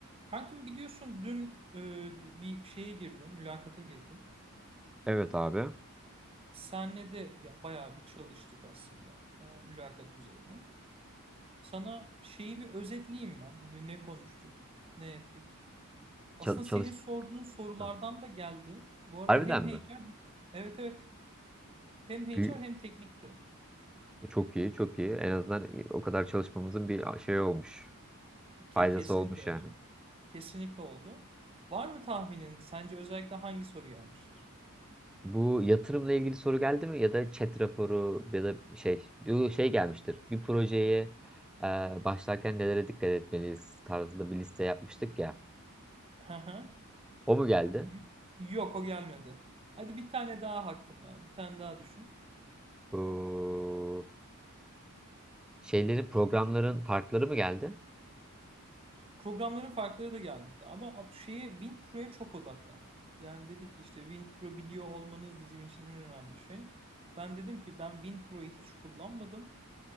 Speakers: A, on the right (about 25°); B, in the centre.
A: Kankim biliyorsun dün e, bir şeye girdim, mülakata girdim.
B: Evet abi.
A: Senle de ya, bayağı bir çalıştık aslında e, mülakat üzerine. Sana şeyi bir özetleyeyim ben. Hani ne konuştuk, ne ettik. Aslında
B: Çal çalış...
A: senin sorduğun sorulardan
B: Hı.
A: da geldi. Bu arada
B: Harbiden
A: hem HR,
B: mi?
A: evet evet. Hem HR
B: Büyü-
A: hem teknikti.
B: Çok iyi, çok iyi. En azından o kadar çalışmamızın bir şey olmuş.
A: Ke-
B: Faydası
A: kesinlikle
B: olmuş
A: öyle.
B: yani.
A: Kesinlikle oldu. Var mı tahminin? Sence özellikle hangi soru gelmiştir?
B: Bu yatırımla ilgili soru geldi mi? Ya da chat raporu ya da şey yo, şey gelmiştir. Bir projeye e, başlarken nelere dikkat etmeliyiz tarzında bir liste yapmıştık ya.
A: <laughs>
B: O mu geldi?
A: Y- Yok o gelmedi. Hadi bir tane daha hakkın var. Bir tane daha düşün.
B: Bu şeylerin programların farkları mı geldi?
A: Programların farkları da gelmedi. Ama şeye WinPro'ya çok odaklandı. Yani dedi ki işte WinPro biliyor olmanız bizim için en önemli şey. Ben dedim ki ben WinPro'yu hiç kullanmadım